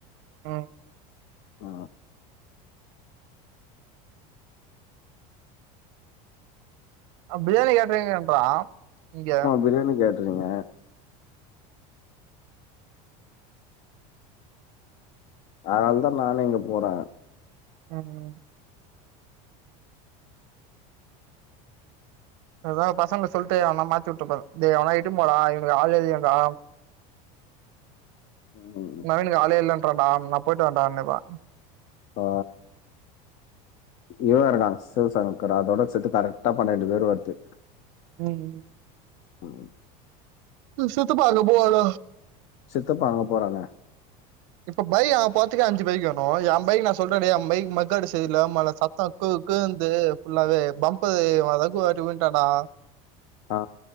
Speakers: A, on the right; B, on the left.
A: அ
B: ஆ.
A: அ பிரியாணி கேட்ருக்கேன்றா இங்க
B: பிரியணி கேட் ட்ரிங்க அதுனால தா நானே இங்க போறே
A: ம் ம் அதா பசங்கள்ட்ட சொல்லிட்டு அவன மாத்தி வுட்றபோறே தே எவனா இட்டு போடா இவனுக்கு ஆளே இல்லயான்டா
B: ம்.
A: நவீனுக்கு ஆளே இல்லன்றான்டா நா பொயிட்டு வரண்டா கண்டிப்பா
B: ஆ இவ வேறன்டா சிவசங்கர் அதோட சேத்து கரெக்டா பன்னெண்டு பேரு வருத்து
A: ம் ம்
B: ம் ம்
A: அ சுத்து பாக்க போவாத
B: சித்தப்பா அங்க போறாங்க
A: இப்ப பைக் அங்க போறத்துக்கே அஞ்சு பைக் வேணு எ பைக் நா சொல்றே டே எ பைக் மத் மர்க்காடு செரியில்ல <unintelligible> சத்தோ க்கு க்குன்து ஃபுல்லாவே பம்பு ரகு ஒருவாட்டி விழுன்ட்டாண்டா
B: ஆ